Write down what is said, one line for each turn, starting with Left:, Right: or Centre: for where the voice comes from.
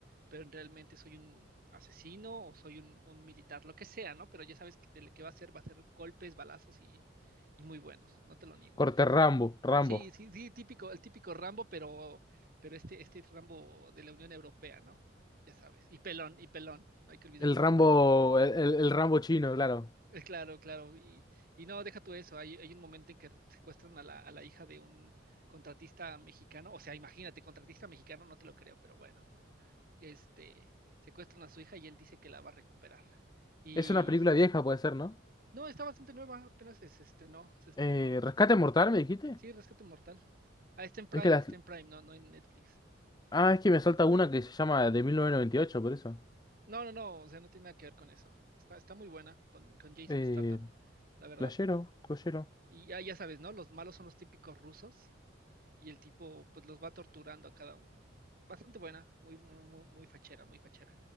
Right: pero realmente soy un asesino o soy un, un militar, lo que sea, ¿no? Pero ya sabes que de lo que va a ser, va a ser golpes, balazos y, y muy buenos, no te lo niego.
Left: Corte Rambo, Rambo.
Right: Sí, sí, sí, típico, el típico Rambo, pero, pero este, este Rambo de la Unión Europea, ¿no? Ya sabes. Y pelón, y pelón. No hay que olvidar
Left: El
Right: que
Left: Rambo,
Right: está pelón.
Left: el, el- el Rambo chino, claro.
Right: Eh, claro, claro. Y, y no, deja tú eso. Hay, hay un momento en que secuestran a la, a la hija de un contratista mexicano. O sea, imagínate, contratista mexicano, no te lo creo, pero bueno, ¿no? Este, secuestran a su hija y él dice que la va a recuperar. Y
Left: Es una película vieja, puede ser, ¿no?
Right: no, está bastante nueva, apenas se se estrenó, se estrenó.
Left: Eh, ¿Rescate Mortal, me dijiste?
Right: Sí, Rescate Mortal. Ah, está en Prime,
Left: Es que las...
Right: está en Prime, no, no en Netflix.
Left: Ah, es que me salta una que se llama de 1998 por eso.
Right: No, no, no, o sea, no tiene nada que ver con eso. Está, está muy buena con, con Jason
Left: Eh,
Right: Statham, la verdad.
Left: playero, playero.
Right: Y ya, ya sabes, ¿no? Los malos son los típicos rusos y el tipo pues los va torturando a cada uno. Bastante buena, muy, muy, muy muy fachera, muy fachera.